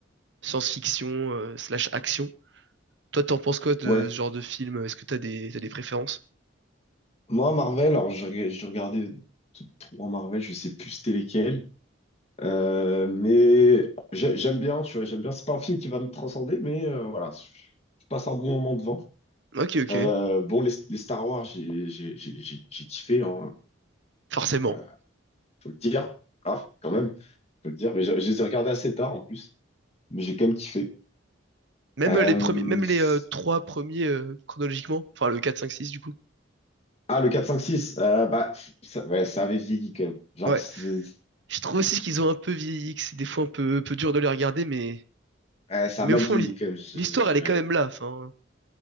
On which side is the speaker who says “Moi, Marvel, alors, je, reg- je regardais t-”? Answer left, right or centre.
Left